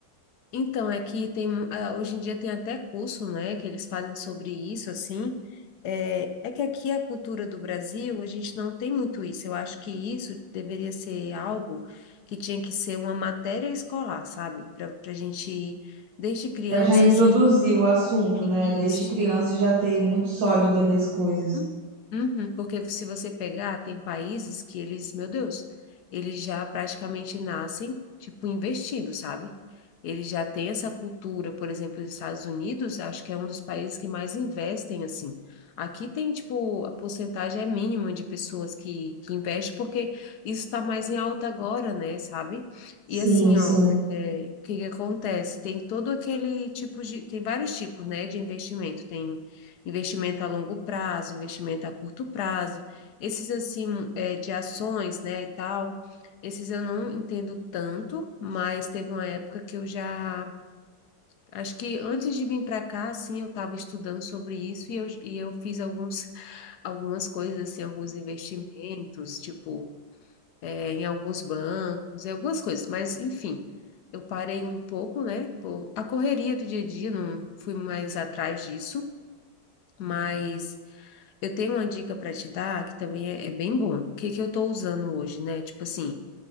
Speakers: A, on the left; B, on the right.
A: então é que tem mu- ah, hoje em dia tem até curso, né, que eles fazem sobre isso assim. É, é que aqui a cultura do Brasil, a gente não tem muito isso. Eu acho que isso deveria ser algo que tinha que ser uma matéria escolar, sabe? Para para a gente, desde criança,
B: Pra já introduzir
A: assim,
B: o assunto,
A: isso.
B: né? Desde criança já ter muito sólido ali as coisas.
A: Hum, uhum, porque se você pegar, tem países que eles, meu Deus, eles já praticamente nascem, tipo, investidos, sabe? Eles já têm essa cultura, por exemplo, os Estados Unidos, acho que é um dos países que mais investem, assim. Aqui tem, tipo, a porcentagem é mínima de pessoas que, que investem, porque isso está mais em alta agora, né, sabe?
B: Sim,
A: E assim,
B: sim.
A: ó, é, o que que acontece? Tem todo aquele tipo de, tem vários tipos, né, de investimento. Tem investimento a longo prazo, investimento a curto prazo, esses assim é, de ações, né, e tal, esses eu não entendo tanto, mas teve uma época que eu já, acho que antes de vir para cá, assim, eu estava estudando sobre isso e eu, e eu fiz alguns, algumas coisas, assim, alguns investimentos, tipo, é, em alguns bancos, em algumas coisas, mas enfim. Eu parei um pouco, né? Por a correria do dia a dia, não fui mais atrás disso, mas eu tenho uma dica para te dar que também é, é bem bom. O que que eu estou usando hoje, né? Tipo assim,